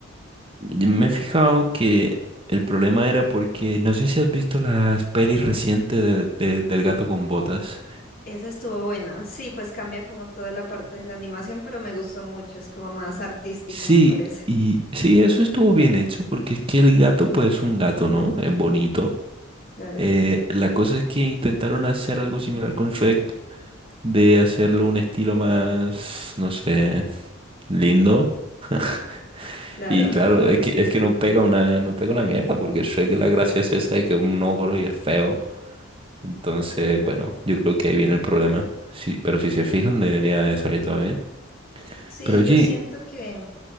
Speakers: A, on the right (about 25°); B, on the left (about 45°).
A: y me he fijado que el problema era porque no sé si has visto las pelis recientes de- de- del gato con botas.
B: Esa estuvo buena. Sí, pues cambia como toda la parte de la animación, pero me gustó mucho. Es como más artística,
A: Sí,
B: me parece.
A: y sí, eso estuvo bien hecho porque es que el gato pues es un gato, ¿no? Es bonito.
B: Claro,
A: Eh, la cosa es que intentaron hacer algo similar con Shrek, de hacerlo un estilo más, no sé, lindo. <laughs>
B: claro.
A: Y
B: <laughs>
A: claro, es que, es que no pega una, no pega una mierda, porque Shrek la gracia es esa de que es un ogro y es feo. Entonces, bueno, yo creo que ahí viene el problema. Sí, pero si se fijan, debería de salir todo bien.
B: Sí,
A: Pero oye,
B: yo siento que,